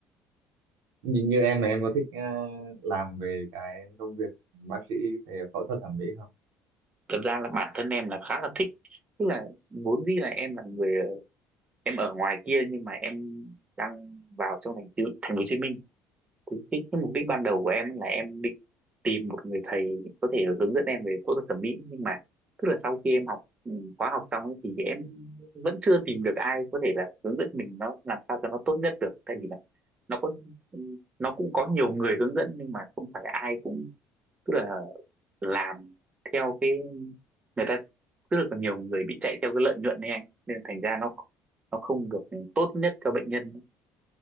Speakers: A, on the right; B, on the right.
A: như, như em em có thích à, làm về cái công việc bác sĩ về phẫu thuật thẩm mỹ không
B: thật ra là bản thân em là khá là thích tức là vốn dĩ là em là người em ở ngoài kia nhưng mà em đang vào trong thành phố thành phố Hồ Chí Minh cái, cái, cái mục đích ban đầu của em là em định tìm một người thầy có thể hướng dẫn em về phẫu thuật thẩm mỹ nhưng mà tức là sau khi em học ừ, khóa học xong ấy, thì em vẫn chưa tìm được ai có thể là hướng dẫn mình nó làm sao cho nó tốt nhất được tại vì là nó có nó cũng có nhiều người hướng dẫn nhưng mà không phải ai cũng tức là làm theo cái người ta rất là còn nhiều người bị chạy theo cái lợi nhuận này anh nên là thành ra nó nó không được tốt nhất cho bệnh nhân